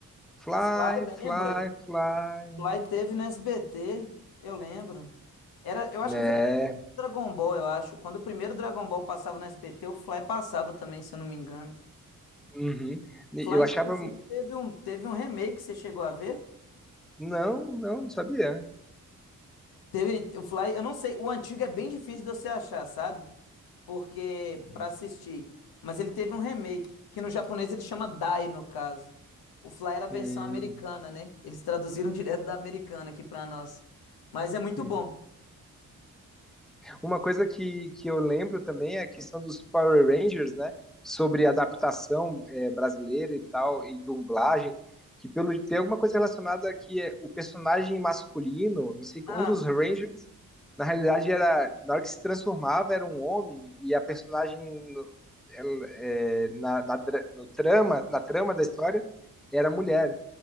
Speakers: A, in the centre; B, on the left (about 85°).
A: Fly,
B: Fly,
A: fly,
B: lembra?
A: fly.
B: Fly teve no SBT, eu lembro. Era, eu acho
A: Né?
B: que foi na época do Dragon Ball, eu acho. Quando o primeiro Dragon Ball passava no SBT, o Fly passava também, se eu não me engano.
A: Uhum. Eu
B: Fly,
A: achava.
B: inclusive, teve um, teve um remake, você chegou a ver?
A: Não, não, não sabia.
B: Teve o Fly, eu não sei, o antigo é bem difícil de você achar, sabe? Porque
A: Uhum.
B: pra assistir. Mas ele teve um remake, que no japonês ele chama Dai, no caso. O Fly era a versão
A: Hum,
B: americana, né? Eles traduziram <laughs> direto da americana aqui pra nós. Mas é muito
A: hum.
B: bom.
A: Uma coisa que, que eu lembro também é a questão dos Power Rangers, né? Sobre adaptação é, brasileira e tal, e dublagem, que pelo tem alguma coisa relacionada que é o personagem masculino, não sei,
B: Ah,
A: um dos Rangers, na realidade era, na hora que se transformava era um homem, e a personagem no- ela, é, na, na, dra- no trama, na trama da história era mulher.